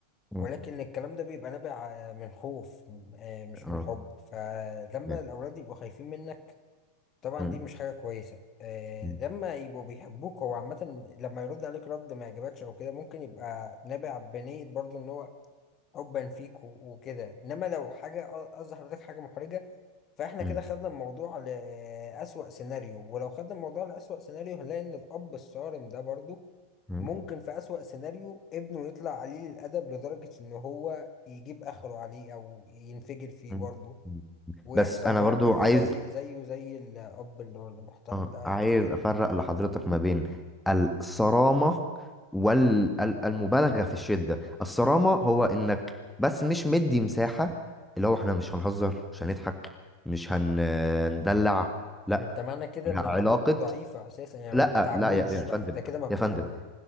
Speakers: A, in the centre; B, on the left.
A: مم.
B: ولكن الكلام ده بيبقى نابع آه، من خوف آه مش
A: اه
B: من حب فلما
A: تمام.
B: الأولاد يبقوا خايفين منك طبعا
A: مم.
B: دي مش حاجة كويسة آه
A: مم.
B: لما يبقوا بيحبوك هو عامة لما يرد عليك رد ما يعجبكش أو كده ممكن يبقى نابع بنية برضو إن هو حبا فيك و- وكده إنما لو حاجة أ- قصدي حضرتك حاجة محرجة فإحنا
A: مم.
B: كده خدنا الموضوع لأسوأ سيناريو ولو خدنا الموضوع لأسوأ سيناريو هنلاقي إن الأب الصارم ده برضو
A: مم.
B: ممكن في أسوأ سيناريو ابنه يطلع قليل الأدب لدرجة إن هو يجيب آخره عليه أو ينفجر فيه
A: مم.
B: برضو
A: مم.
B: ويحصل
A: بس انا
B: موقف
A: برضو عايز
B: سيء زيه زي الأب اللي هو المحترم
A: اه
B: ده عادي
A: عايز افرق لحضرتك ما بين الصرامة والمبالغة في الشدة الصرامة هو انك بس مش مدي مساحة اللي هو احنا مش هنهزر مش هنضحك مش هن- هندلع لا
B: انت معنى كده ان
A: علاقة
B: علاقتكم ضعيفة اساسا يعني
A: لا
B: ما بتتعاملوش
A: لا يا يا
B: بقى
A: فندم
B: ده كده ما بتتعاملوش
A: يا فندم